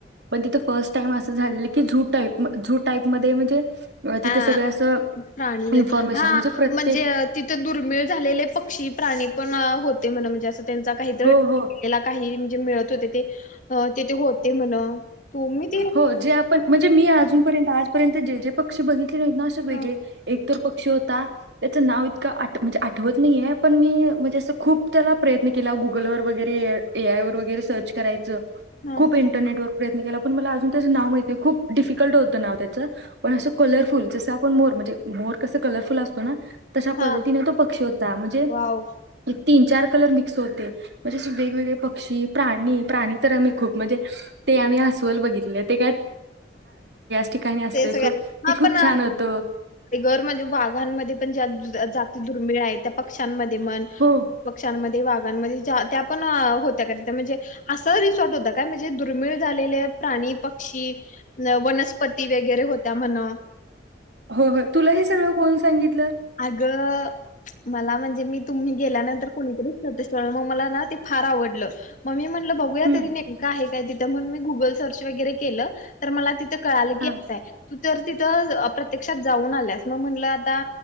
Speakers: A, on the right; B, on the left.
A: पण तिथं फर्स्ट टाइम असं झालेले की. झूटाईप-झूटाईप मध्ये म्हणजे तिथे
B: अ
A: सगळं असं
B: प्राणी व
A: इन्फॉर्मेशन
B: हा
A: प्रत्येक
B: म्हणजे, तिथे दुर्मिळ झालेले पक्षी प्राणी पण हो. ते म्हने असं. त्यांचा काहीतर.
A: हो हो
B: तेला काहीही. जे मिळत होते ते. तेथ होते म्हण. तुम्ही ते
A: हो जे आपण म्हणजे मी अजूनपर्यंत आज. पर्यंत जे जे पक्षी बघितले ते हाईत ना असे वेगळे
B: हा
A: एक एक तर पक्षी होता. त्याचं नाव इतका आठ नाहींया, म्हणजे आठवत नाहीये पण मी म्हणजे असं खूप त्याला प्रयत्न केला. गुगलवर वगैरे, ए. आय. वर वगैरे सर्च करायचं.
B: हा
A: खूप इंटरनेटवर प्रयत्न केला. पण मला अजून त्याचं नाव माहत नाही. खूप डिफिकल्ट होतं नाव त्याचं. पण असं कलरफुल जसं आपण मोर म्हणजे मोर कसं कलरफुल असतो ना. तशा
B: हा
A: पद्धतीने तो पक्षी होता म्हणजे.
B: वाव
A: तीन चार कलर मिक्स होते. म्हणजे वेगवेगळे पक्षी प्राणी-प्राणी तर आम्ही खूप म्हणजे. ते आमी अस. बघितले ते काय. ठिकाणी असतोय
B: ते सगळ्या
A: सो
B: हा
A: ते खूप
B: पण
A: छान होतं
B: टयगर म्हणजे वाघांमध्ये पण ज्या जाती दुर्मिळ आहेत. त्या पक्षांमध्ये. म्हण
A: हो
B: पक्षांमध्ये. वाघांमध्ये त्या पण होत्या म्हणजे. असं रिसॉर्ट होत काय म्हणजे दुर्मिळ झालेले प्राणी-पक्षी. वनस्पती वगैरे होत्या म्हण.
A: हो हो तुला हे सगळं कोण सांगितल?
B: अगं. मला म्हणजे मी तुम्ही गेल्यानंतर कोणीतरीच कळत. मग मला ना ते फार आवडलं मग मी म्हणलं. बघूया
A: हम्म
B: तरी नेमकं आहे काय तिथं म्हणून मी गूगल सर्च वैगेरे केल, तर मला तिथं. कळालं की
A: हा
B: अस आहे. तू तर तिथं प्रत्यक्षात जाऊन आल्यास मग म्हणलं आता.